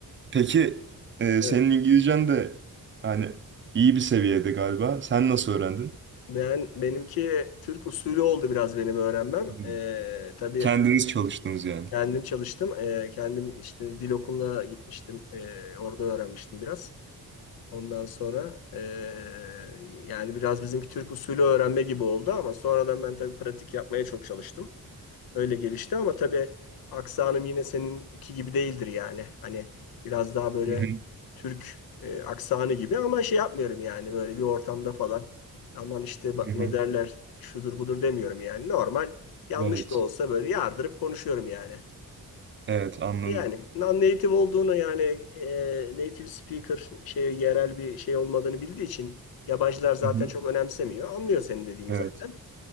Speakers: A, on the right; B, on the left.
A: peki e,
B: Evet.
A: senin İngilizcen de hani iyi bir seviyede galiba. Sen nasıl öğrendin?
B: Ben benimki Türk usulü oldu biraz benim öğrenmem.
A: Hmm.
B: Ee, tabii
A: Kendiniz çalıştınız yani.
B: kendim çalıştım. Ee, kendim işte dil okuluna gitmiştim. Ee, orada öğrenmiştim biraz. Ondan sonra ee, yani biraz bizimki Türk usulü öğrenme gibi oldu ama sonradan ben tabii pratik yapmaya çok çalıştım. Öyle gelişti ama tabii aksanım yine seninki gibi değildir yani. Hani biraz daha böyle
A: Hı hı,
B: Türk e, aksanı gibi ama şey yapmıyorum yani böyle bir ortamda falan. Aman işte bak
A: hı hı.
B: ne derler şudur budur demiyorum yani. Normal yanlış
A: Evet.
B: da olsa böyle yardırıp konuşuyorum yani.
A: Evet anladım.
B: Yani non-native olduğunu yani e, native speaker şey yerel bir şey olmadığını bildiği için yabancılar zaten
A: Hı hı.
B: çok önemsemiyor. Anlıyor senin dediğini
A: Evet.
B: zaten.